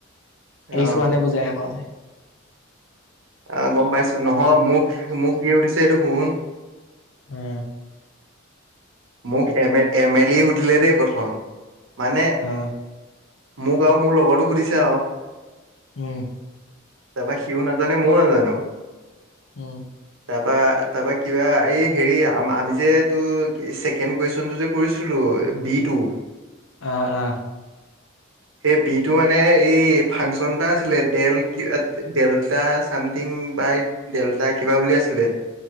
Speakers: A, on the right; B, on the left.
A: অ
B: এৰি চোৱা নে বুজাই আকৌ।
A: অ গম পাইছোঁ নহয় মোক মোক যি শুদিছে সেটো শুন
B: অ
A: মোক এ এম এল এ সুধিলে দেই প্ৰথম মানে-
B: অ
A: মোক আৰু মোৰ ল'গৰতোক সুধিছে আৰু
B: উম
A: তাবা সিও নাজানে মই নাজানোঁ
B: উম
A: তাৰপা তাৰপা কিবা এই হেৰি আমি যে এটো ছেকেণ্ড কুৱেশ্যনটো যে কৰিছিলোঁ বি টু
B: অহ অহ
A: সেই বিটো মানে এই ফাংচন এটা আছিলে ডেল কিবা ডেল্টা চামথিং বাই ডেল্টা কিবা বুলি আছিলে।